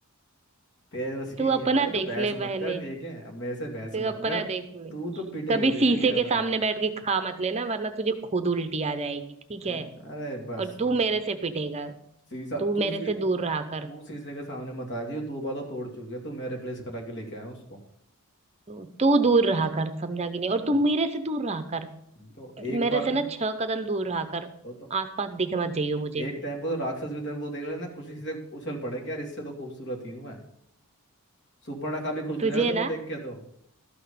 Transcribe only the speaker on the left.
तेरे बस की
नहीं
है भाई तो
बहस
मत
कर ठीक है अब मेरे से बहस
मत
कर
तू तो पिटेगी
बेटा
ये याद
रख
हैं?
अरे
बस
बस
शीशा
तू
शी-
तू
शीशे के सामने मत आ जाइयो दो बार तो तोड़ चुकी है तो मैं रिप्लेस करा के लेके आया हूँ उसको
तो,
तो एक
बार
को
वो तो
एक टाइम को तो राक्षस भी तेरे को देख लेना खुशी से उछल पड़े कि यार इससे तो खूबसूरत ही हूँ मैं सुपर्णखा भी खुश हो
जाएगा तेरे
को देख के तो